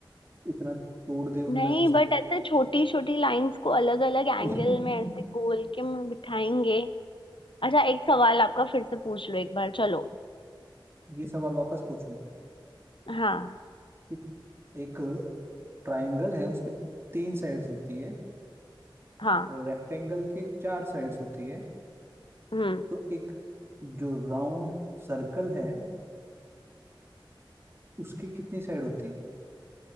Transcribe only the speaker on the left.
नहीं
बट ऐसे छोटी छोटी लाइंस को अलग अलग एंगल
में ऐसे गोल के में बिठाएंगे अच्छा एक सवाल आपका फिर से पूछ लो एक बार चलो
हाँ
हाँ
हम्म